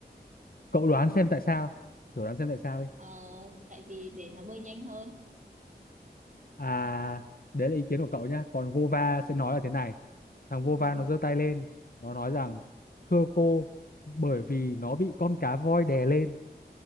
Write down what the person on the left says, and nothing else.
Cậu đoán xem tại sao? Thử đoán xem tại sao đi.
À, đấy là ý kiến của cậu nhá. Còn Vova sẽ nói là thế này. Thằng Vova
nó giơ tay lên, nó nói rằng thưa cô, bởi vì nó bị con cá voi đè lên.